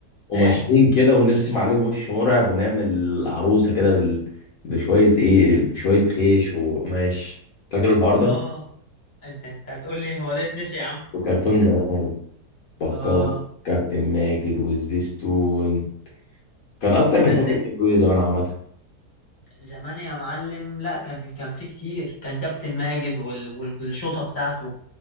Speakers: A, on the left; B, on the left.
A: قماشين
B: ايه
A: كده ونرسم عليهم وش مرعب ونعمل عروسه كده بال... بشويه ايه بشويه خيش وقماش فاكر الحوار
B: اه
A: ده
B: انت انت هتقول لي هو ده اتنسي يا عم
A: وكرتون زمان بكار
B: اه
A: كابتن ماجد وسبيستون كان اكتر كرتون
B: ده انت
A: بتحبه ايه زمان عامه
B: زمان يا معلم لا كان كان في كتير كان كابتن ماجد وال- وال- والشوطة بتاعته